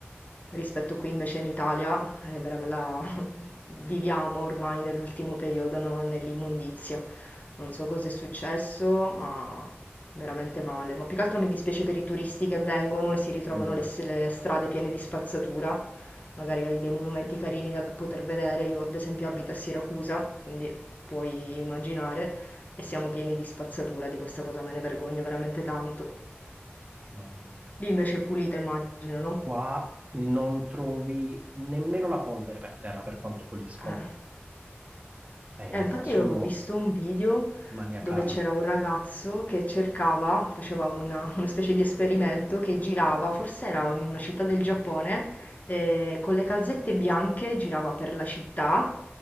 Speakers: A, on the left; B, on the right.
A: Rispetto qui invece in Italia, è vera- la, Viviamo ormai nell'ultimo periodo, no, nell'immondizia. Non so cosa è successo, ma veramente male. Ma più che altro mi dispiace per i turisti che vengono e si ritrovano
B: mm,
A: le, s- le strade piene di spazzatura. Magari hai dei monumenti carini da poter vedere. Io, ad esempio, abito a Siracusa, quindi puoi immaginare, e siamo pieni di spazzatura. Di questa cosa me ne vergogno veramente tanto.
B: mamma mia.
A: Lì invece è pulita, immagino, no?
B: Qua non trovi nemmeno la polvere per terra per quanto puliscono.
A: Eh.
B: Eh,
A: Eh, infatti
B: ma sono
A: avevo visto un video
B: maniacali.
A: dove c'era un ragazzo che cercava, faceva una, una specie di esperimento che girava, forse era in una città del Giappone, eh, con le calzette bianche girava per la città,